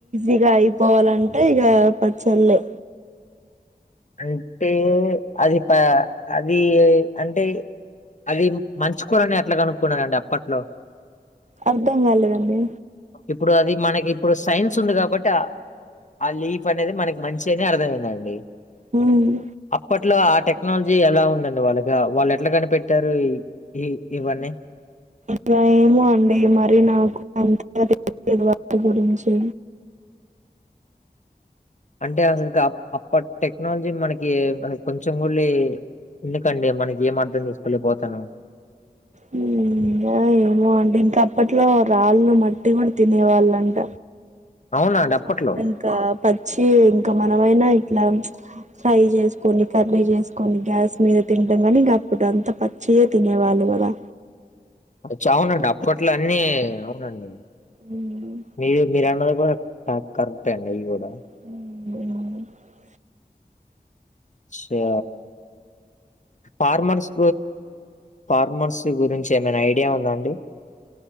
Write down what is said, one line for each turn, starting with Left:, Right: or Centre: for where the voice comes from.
Right: ఇగ అయిపోవాలంటే ఇగ పచ్చళ్లే
Left: అంటే అది ప అది అంటే అది మంచు కూరని ఎట్లా కనుక్కున్నారండి అప్పట్లో
Right: అర్ధం కాలేదండి
Left: ఇప్పుడు అది మనకి ఇప్పుడు సైన్స్ ఉంది కాబట్టిఆ ఆహ్ లీఫ్ అనేది మనకి మంచి అని అర్థమైందండి
Right: హ్మ్
Left: అప్పట్లో ఆ టెక్నాలజీ ఎలా ఉందండి వాళ్ళకి వాళ్ళు ఎట్లా కనిపెట్టారు ఈ ఇవన్నీ
Right: ఇంకా ఏమో అండి మరి నాకు అంతగా తెలియదు వాటి గురించి
Left: అంటే అస అప్పటి టెక్నాలజీ మనకి కొంచెం కూడా లే ఎందుకండి మనకి ఏం అర్థం చేసుకోలేకపోతాన్నం
Right: హ్మ్ ఏమో అండి ఇంక అప్పట్లో రాళ్లు మట్టి కూడా తినే వాళ్ళంట
Left: అవునా అండి అప్పట్లో
Right: అప్పుడు ఇంకా పచ్చి ఇంకా మనమైనా ఇట్లా ఫ్రై చేసుకొని కర్రీ చేసుకొని గ్యాస్ మీద తినడం కాని ఇంక అప్పుడు అంత ప చ్చియే తినేవాళ్లు కదా
Left: చావునండి అప్పట్లో అన్ని అవునండి
Right: ఉమ్
Left: మీరు మీరన్నది కూడా ఆహ్ కరెక్ట్ అండి ఇది కూడా
Right: హ్మ్
Left: అచ్చా ఫార్మర్స్ ఫార్మర్స్ గురించి ఏమైనా ఐడియా ఉందా అండి